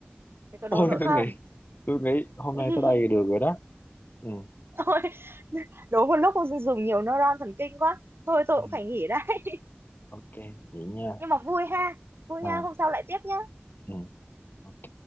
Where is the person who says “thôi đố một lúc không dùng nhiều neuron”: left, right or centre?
Right